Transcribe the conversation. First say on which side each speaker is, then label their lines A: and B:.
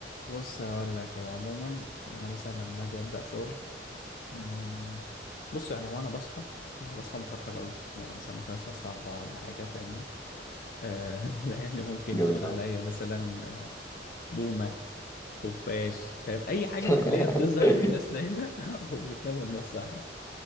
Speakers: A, on the left; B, on the left.
A: بص هقول لك هو عموما يعني انا مثلا لما اجي ابدا شغل مم، بص يعني وانا بصحى يعني بصحى متاخر قوي يعني مثلا ممكن اصحى الساعه 4 ولا حاجه فاهمني آه <laughs> لان ممكن
B: جميل
A: تقول عليا
B: أوي
A: مثلا آه، بومه خفاش فاهم اي حاجه
B: <laughs>
A: من اللي هي بتظهر والناس نايمه <laughs> وبتنام والناس صاحيه